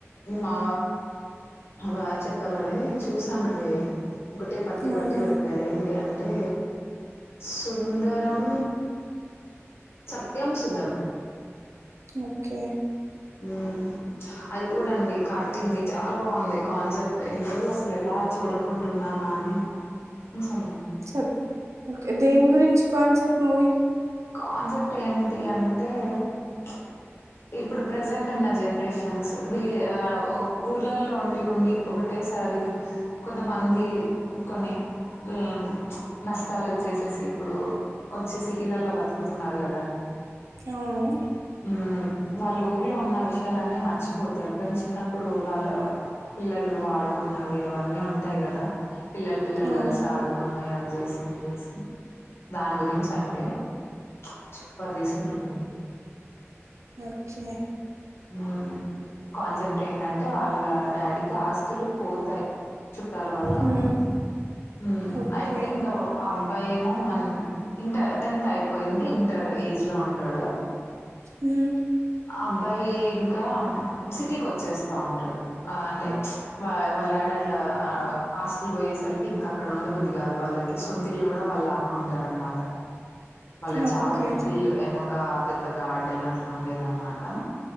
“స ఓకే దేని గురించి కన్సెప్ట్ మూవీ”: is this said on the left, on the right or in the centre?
Right